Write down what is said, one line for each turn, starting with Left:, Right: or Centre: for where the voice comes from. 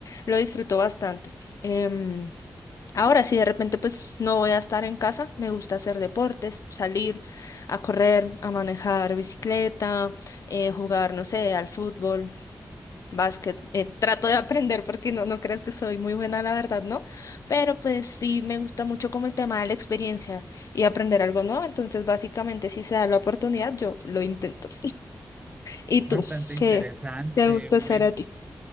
Left: lo disfruto bastante. Em, ahora, si de repente pues no voy a estar en casa, me gusta hacer deportes, salir a correr, a manejar bicicleta, eh, jugar, no sé, al fútbol. Básquet, Eh, trato de aprender porque no, no creo que soy muy buena, la verdad, ¿no? Pero pues sí me gusta mucho como el tema de la experiencia y aprender algo nuevo. Entonces, básicamente, si se da la oportunidad, yo lo intento. ¿Y
Right: Bastante
Left: tú?
Right: interesante.
Left: ¿Qué te gusta
Right: Me,
Left: hacer a ti?